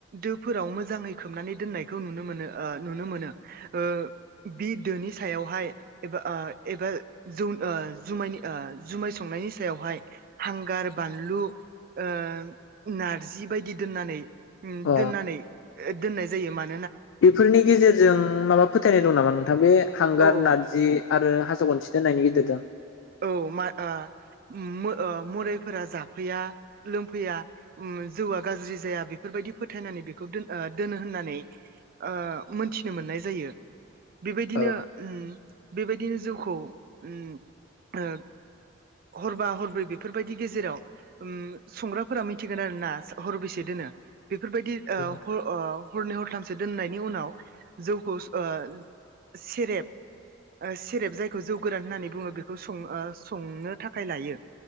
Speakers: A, on the right; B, on the left.
A: दोफोराव मोजाङै खोबनानै दोननायखौ नुनो मोनो ओ नुनो मोनो ओ बि दोनि सायावहाय एबा आ‌ एबा जौ आ जुमायनि आ जुमाय संनायनि सायावहाय हांगार बानलु ओ नारजि बायदि दोननानै उम
B: अ
A: दोननानै ओ- दोननाय जायो मान
B: बेफोरनि गेजेरजों माबा फोथायनाय दं। नामा नोंथां बे हांगार
A: औ
B: नारजि आरो हासो गनथि दोननायनि गेजेरजों?
A: औ मा ओ-उमो ओ- मोराइफोरा जाफैया लोंफैया उम जौआ गाज्रि जाया बेफोरबायदि फोथायनानै बेखौ दोन ओ- दोनो होननानै ओ- मोनथिनो मोननाय जायो। बेबायदिनो
B: औ
A: उम। बेबायदिनो जौखौ उम। ओ- हरबा हरब्रै बेफोरबायदि गेजेराव उम संग्राफोरा मिथिगोन आरो ना उम हरब्रेसे दोनो। बेफोरबायदि ओ-
B: नंगौ नोंथां
A: ह- ओ-हरनै हरथा थामसो दोननायनि उनाव जौखौ सु ओ- सेरेब ओ-सेरेब जायखौ जौ गोरान होननानै बुङो बेख खौ सं ओ- संनो थाखाय लायो।